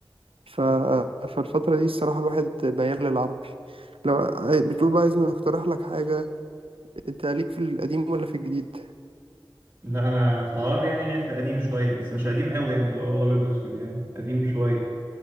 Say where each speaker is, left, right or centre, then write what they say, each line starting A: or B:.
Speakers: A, on the right (about 80°); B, on the right (about 25°).
A: ف... فالفترة دي الصراحة الواحد ميال للعربي لو عاي- بتقول بقى عايزني أقترح لك حاجة أنت ليك في القديم ولا في الجديد؟
B: لا انا في العربي يعني ليا في القديم شويه بس مش قديم قوي يعني اللي هو الابيض واسود يعني قديم شويه